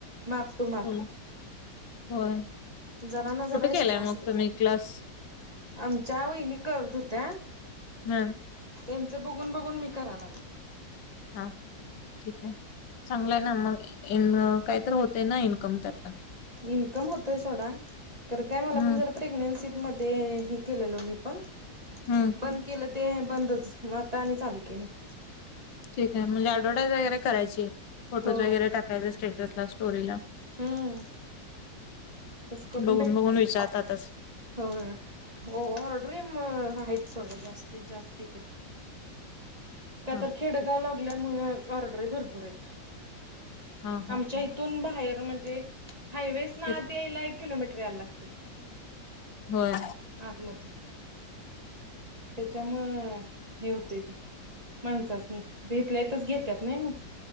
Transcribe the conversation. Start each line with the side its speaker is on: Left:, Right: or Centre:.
Right: माप माप
Left: होय होय.
Right: जरा ना जरा
Left: कुठे
Right: एक्स्ट्रा
Left: केलाय
Right: असतय.
Left: मग तुम्ही क्लास
Right: आमच्या वहिणी करत होत्या
Left: मम
Right: त्यांच बघून बघून मी करा लागले.
Left: हा ठीक आहे, चांगलाय ना मग ईन काही तर होतय ना इनकम त्यात ना
Right: इनकम होतोय सोडा खरं काय मला
Left: हम्म
Right: पण जर प्रेग्नेन्सीत मध्ये हे केलेलो मी पण
Left: हम्म
Right: बंद केलं ते बंदच म आता आणि चालू केलय.
Left: ठीक आहे म्हणजे ऍडवटाईज वगैर करायची फोटोज
Right: हो
Left: वगैरे टाकायचे स्टेटसला, स्टोरीला.
Right: हम्म तस करून
Left: बघून
Right: भेटत्यात
Left: बघून विचारतातच
Right: ना होय हो हो ऑर्डरी म आहेत सोडा जास्तीत जास्ती इकड. का
Left: हा
Right: तर खेडगाव
Left: ठीक
Right: लागल्यामुळे ऑर्डरी भरपूर आहेत
Left: हा हा
Right: आमच्या इथ तून बाहेर म्हणजे हायवेसन आत
Left: ठीक.
Right: यायला एक किलोमीटर यायला लागतय.
Left: होय
Right: आतमध्ये त्याच्यामुळ हे होतंय ते माणसांसनी ते इथल्या इथच घेत्यात नाही मग.